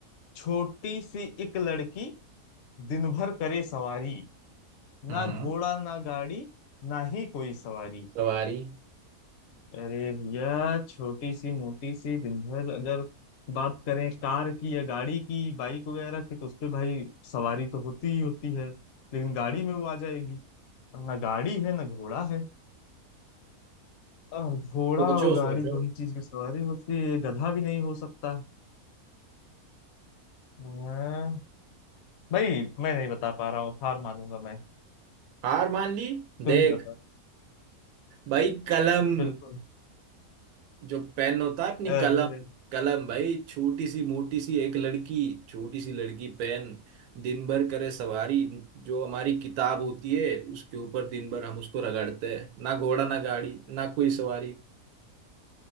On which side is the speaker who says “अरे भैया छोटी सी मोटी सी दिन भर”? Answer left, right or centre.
Left